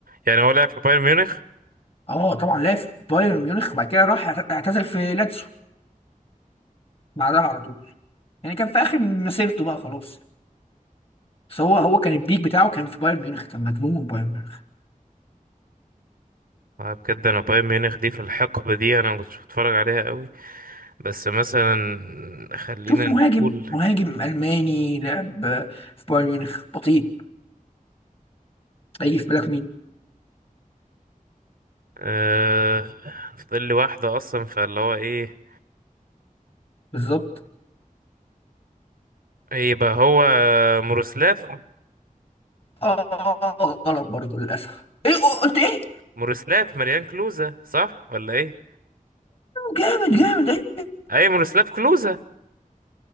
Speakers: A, on the right; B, on the left.
A: يعني هو لعب في بايرن ميونخ
B: اه طبعا لعب في بايرن ميونخ وبعد كده راح اعت- اعتزل في لاتسيو بعدها على طول يعني كان في آخر مسيرته بقى خلاص بس هو هو كان البيك بتاعه كان في بايرن ميونخ كان مجنون من بايرن ميونخ
A: آه بجد أنا بايرن ميونخ دي في الحقبة دي أنا ما كنتش بتفرج عليها قوي بس مثلا خلينا
B: شوف مهاجم
A: نقول
B: مهاجم ألماني لعب في بايرن ميونخ بطيء هيجي في بالك مين
A: آه فاضل لي واحدة أصلا فاللي هو إيه
B: بالظبط
A: إيه يبقى هو مورسلاف
B: اه غلط برضه للأسف ايه قلت ايه
A: مورسلاف مريان كلوزة صح ولا إيه؟
B: جامد جامد ايه
A: أي مورسلاف كلوزة